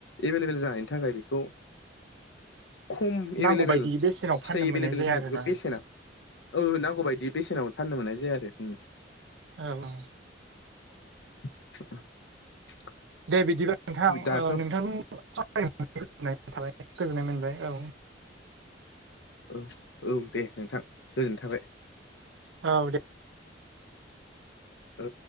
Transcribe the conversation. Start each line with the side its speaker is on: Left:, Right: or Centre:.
Left: एभेलेबेल जानायनि थाखाय बेखौ खम एभेलेबेल
Right: नांगौ बायदि बेसेनाव
Left: फिथाइ
Right: फाननो
Left: एभेलेबेलनि
Right: मोननाय जाया
Left: थाखाय
Right: आरोना
Left: बेखौ बेसेना
Right: नोंथां
Left: औ नांगौबादि बेसेनावबो फाननो मोननाय जाया आरो ओम
Right: औ <unintelligible>
Left: <unintelligible>
Right: दे बिदिबा नोंथां
Left: दाथ'
Right: नोंथांजों सावरायनानै गोजोननाय थाबाय गोजोननाय मोनबाय औ
Left: औ औ दे नोंथां गोजोननाय थाबाय
Right: औ दे
Left: ओ